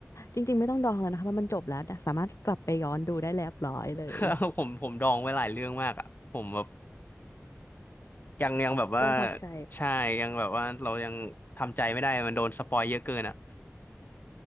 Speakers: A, on the left; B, on the left.
A: จริงๆไม่ต้องดองแล้วนะคะเพราะมันจบแล้วนะสามารถกลับไปย้อนดูได้เรียบร้อยเลย
B: <laughs> ผมผมดองไว้หลายเรื่องมากอ่ะผมแบบยังยังแบบว่า
A: ช่วงพักใจ
B: ใช่ยังแบบว่าเรายังทำใจไม่ได้มันโดนสปอยเยอะเกินอ่ะ